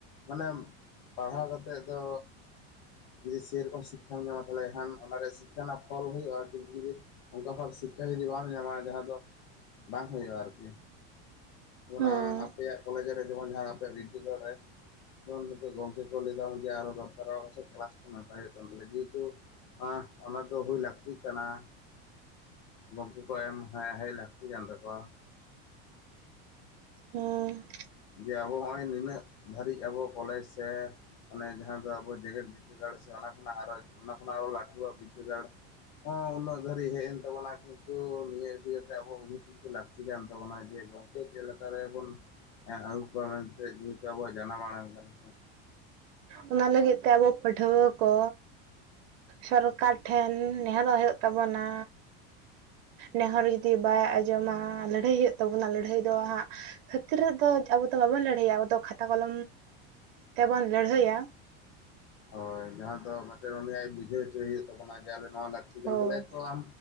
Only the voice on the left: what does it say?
ᱢᱟᱱᱮ ᱯᱟᱲᱦᱟᱣ ᱠᱟᱛᱮᱜ ᱫᱚᱼᱼ ᱡᱩᱫᱤ ᱥᱮᱨᱚᱠᱚᱢ ᱥᱤᱠᱠᱷᱟᱢ ᱧᱟᱢᱟ ᱛᱟᱦᱚᱞᱮ ᱠᱷᱟᱱ ᱚᱱᱟᱨᱮᱣᱟᱜ ᱥᱤᱠᱠᱷᱟ ᱱᱟᱜ ᱯᱷᱚᱞ ᱦᱳᱭᱳᱜᱼᱟ, ᱠᱤᱱᱛᱩ ᱡᱩᱫᱤᱼᱼ ᱚᱝᱠᱟ ᱵᱷᱟᱵ ᱥᱤᱠᱠᱷᱟ ᱡᱩᱫᱤ ᱵᱟᱢ ᱧᱟᱢᱟ ᱡᱟᱦᱟᱸ ᱫᱚ ᱵᱟᱝ ᱦᱳᱭᱳᱜᱼᱟ, ᱟᱨᱠᱤᱼᱼ ᱚᱱᱟ
ᱟᱯᱮᱭᱟᱜ ᱠᱚᱞᱮᱡᱽ ᱨᱮ ᱡᱮᱢᱚᱱ ᱡᱟᱦᱟᱸ ᱟᱯᱮᱭᱟᱜ ᱵᱤᱫᱽᱫᱟᱹᱜᱟᱲ ᱨᱮᱼᱼ ᱡᱮᱢᱚᱱ ᱱᱤᱛᱳᱜ ᱜᱚᱝᱠᱮ ᱠᱚ ᱞᱮᱭᱫᱟᱢ ᱡᱮ ᱟᱨᱚ ᱫᱚᱨᱠᱟᱨᱚᱜᱼᱟ ᱠᱚ ᱥᱮ ᱠᱮᱞᱟᱥ ᱠᱚ ᱱᱟᱯᱟᱭ ᱦᱳᱭᱳᱜ ᱠᱟᱱ ᱛᱟᱞᱮᱭᱟ ᱡᱮᱦᱮᱛᱩᱼᱼ ᱦᱟ ᱚᱱᱟ ᱫᱚ ᱦᱩᱭ ᱞᱟᱹᱠᱛᱤᱜ ᱠᱟᱱᱟ᱾ ᱜᱚᱝᱠᱮ ᱠᱚ ᱮᱢ ᱦᱮᱸ ᱦᱮᱡ ᱞᱟᱹᱠᱛᱤ ᱠᱟᱱ ᱛᱟᱠᱚᱣᱟᱼᱼ
ᱡᱮ ᱟᱵᱚ ᱦᱚᱜᱼᱚᱭ ᱱᱤᱱᱟᱹᱜ ᱫᱷᱟᱹᱨᱤᱡ ᱟᱵᱚ ᱠᱚᱞᱮᱡᱽ ᱥᱮᱼᱼ ᱚᱱᱮ ᱡᱟᱦᱟᱸ ᱫᱚ ᱟᱵᱚ ᱡᱮᱜᱮᱫ ᱵᱤᱫᱽᱫᱟᱹᱜᱟᱲ ᱥᱮ ᱚᱱᱟ ᱠᱷᱚᱱᱟᱜ ᱟᱨᱚ ᱚᱱᱟ ᱠᱷᱚᱱᱟᱜ ᱟᱨᱚ ᱞᱟᱹᱴᱷᱩᱣᱟᱜ ᱵᱤᱫᱽᱫᱟᱹᱜᱟᱲ᱾ ᱩᱱᱟᱹᱜ ᱫᱷᱟᱹᱨᱤᱡ ᱦᱮᱡ ᱮᱱ ᱛᱟᱵᱚᱱᱟ, ᱠᱤᱱᱛᱩ ᱱᱤᱭᱟᱹ ᱤᱫᱤ ᱠᱟᱛᱮ ᱟᱵᱚᱼᱼ ᱞᱟᱹᱠᱛᱤ ᱠᱟᱱ ᱛᱟᱵᱚᱱᱟ ᱡᱮ ᱜᱚᱝᱠᱮ ᱪᱮᱫ ᱞᱮᱠᱟ ᱨᱮ ᱵᱚᱱᱼᱼ ᱟᱹᱜᱩ ᱠᱚᱣᱟ ᱢᱮᱱᱛᱮ ᱡᱮᱦᱮᱛᱩ ᱟᱵᱚᱣᱟᱜ ᱡᱟᱱᱟᱢ ᱟᱲᱟᱝ ᱠᱟᱱᱟ ᱥᱮ᱾
ᱦᱳᱭ ᱡᱟᱦᱟᱸ ᱫᱚ ᱢᱤᱫᱴᱮᱱ ᱩᱱᱤ ᱟᱡ ᱵᱩᱡᱷᱟᱹᱣ ᱦᱚᱪᱚᱭ ᱦᱩᱭᱩᱜ ᱛᱟᱵᱚᱱᱟ ᱡᱮ ᱟᱞᱮ ᱱᱚᱣᱟ ᱞᱮᱼᱼ ᱛᱤ ᱠᱟᱱ
ᱛᱟᱞᱮᱭᱟ ᱛᱚ ᱟᱢ